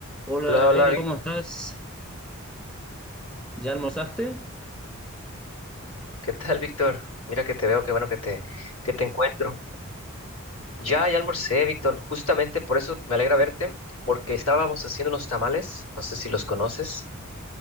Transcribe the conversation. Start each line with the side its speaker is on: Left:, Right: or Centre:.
Centre: Hola
Left: Hola,
Centre: Eric,
Left: hola, Vic-
Centre: ¿cómo estás? ¿Ya almorzaste?
Left: ¿qué tal, Víctor? Mira que te veo, qué bueno que te, que te encuentro. Ya, ya almorcé, Víctor, justamente por eso me alegra verte, porque estábamos haciendo unos tamales, no sé si los conoces.